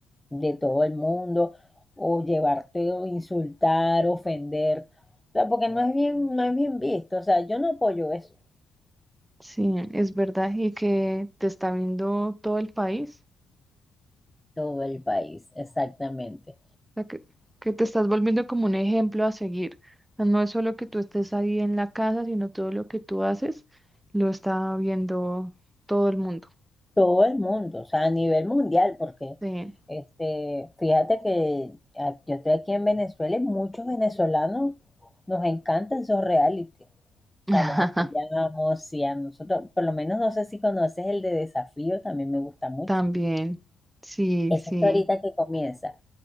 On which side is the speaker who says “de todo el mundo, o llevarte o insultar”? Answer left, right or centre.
Centre